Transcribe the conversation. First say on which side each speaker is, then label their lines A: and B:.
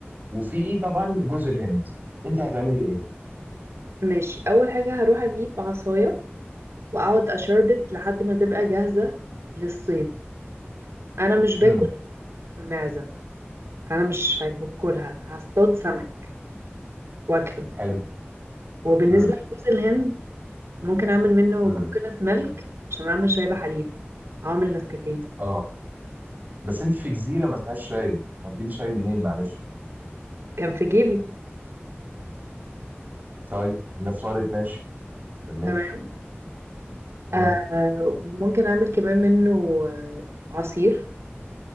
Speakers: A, on the right; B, on the right.
A: وفي طبعا جوز الهند انت هتعملي ايه
B: ماشي اول حاجة هروح اجيب عصاية واقعد اشربت لحد ما تبقى جاهزة للصيد انا مش باكل
A: امم
B: معزة فانا مش هاكلها هصطاد سمك واكله
A: حلو
B: وبالنسبة
A: امم
B: لجوز الهند ممكن اعمل منه
A: امم
B: كوكونات ميلك عشان اعمل شاي بحليب اعمل نسكافيه
A: اه بس انت في جزيره ما فيهاش شاي هتجيبي شاي منين معلش
B: كان في جيبي
A: طيب نفترض ماشي كملي
B: تمام.
A: امم
B: آه ممكن اعمل كمان منه آه، عصير